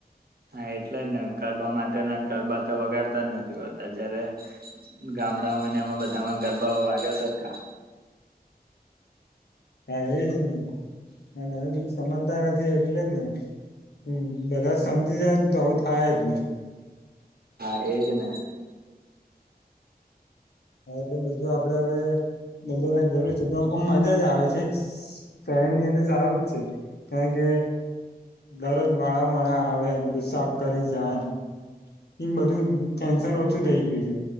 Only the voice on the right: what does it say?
હા એટલે જ ને ગરબા માટેના ગરબા તો વગાડતા જ નથી હોતા જયારે ગામડાઓમાંને એમાં બધામાં ગરબાઓ વાગે સરખા.
એજને.